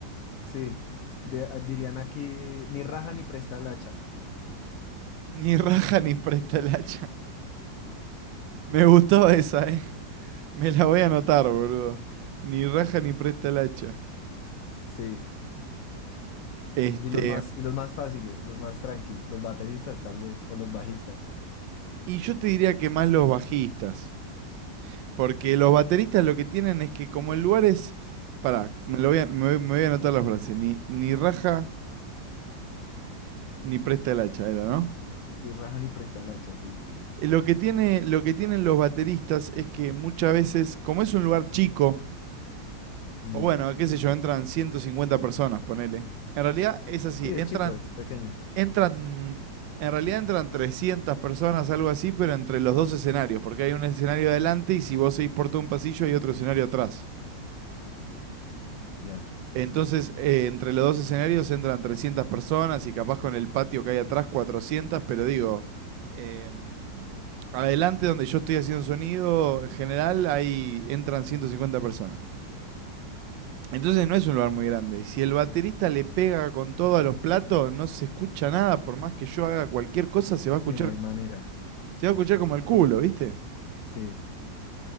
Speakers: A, on the left; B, on the right.
A: Sí, de- ah, dirían aquí ni raja ni presta el hacha.
B: Ni <laughs> raja ni presta el hacha. Me gustó esa, eh. Me la voy a anotar, boludo. Ni raja ni presta el hacha.
A: Sí.
B: Este,
A: Y los más, y los más fáciles, los más tranquis, los bateristas tal vez, o los bajistas.
B: Y yo te diría que más los bajistas, porque los bateristas lo que tienen es que como el lugar es, pará, me lo voy a, me voy, me voy a anotar la frase, ni, ni raja ni presta el hacha, era, ¿no?
A: Ni raja ni presta el hacha, sí.
B: Eh, Lo que tiene, lo que tienen los bateristas es que muchas veces, como es un lugar chico,
A: Mm.
B: o bueno, qué sé yo, entran 150 personas, ponele. En realidad es así,
A: Sí, es
B: entran,
A: chico, es pequeño.
B: entran, en realidad entran 300 personas, algo así, pero entre los dos escenarios, porque hay un escenario adelante y si vos seguís por todo un pasillo hay otro escenario atrás.
A: Ya.
B: Entonces, eh, entre los dos escenarios entran 300 personas y capaz con el patio que hay atrás 400, pero digo, em, adelante donde yo estoy haciendo sonido, en general ahí entran 150 personas. Entonces no es un lugar muy grande. Y si el baterista le pega con todo a los platos, no se escucha nada, por más que yo haga cualquier cosa, se va
A: Sí,
B: a escuchar,
A: no hay manera.
B: se va a escuchar como el culo, ¿viste?
A: Sí.